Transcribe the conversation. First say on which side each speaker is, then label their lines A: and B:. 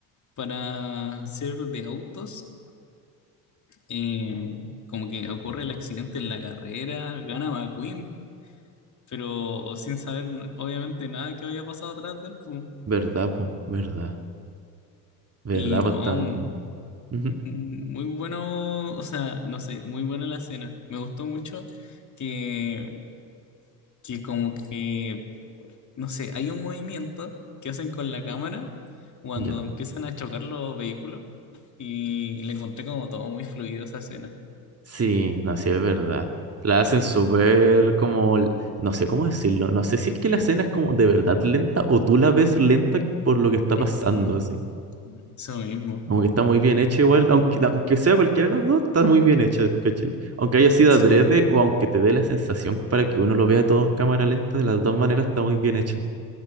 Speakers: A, on the left; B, on the right.
A: para ser de autos, eh, como que ocurre el accidente en la carrera, gana McQueen, pero sin saber n- obviamente nada que había pasado atrás del él, po.
B: ¿Verdad, po? ¿Verdad? ¿Verdad,
A: Y no,
B: pues tan... Ujú,
A: Muy bueno, o sea, no sé, muy buena la escena. Me gustó mucho que, que como que, no sé, hay un movimiento que hacen con la cámara cuando
B: Ya.
A: empiezan a chocar los vehículos y le encontré como todo muy fluido esa escena.
B: Sí, no, sí, es verdad. La hacen súper como, l- no sé cómo decirlo, no sé si es que la escena es como de verdad lenta o tú la ves lenta por lo que está pasando,
A: Ujú,
B: así.
A: Eso mismo,
B: Como que está muy bien hecha igual, aunque, aunque sea cualquiera de las dos, está muy bien hecha, ¿cachai? Aunque haya sido
A: sí,
B: adrede o aunque te dé la sensación para que uno lo vea todo en cámara lenta, de las dos maneras está muy bien hecha.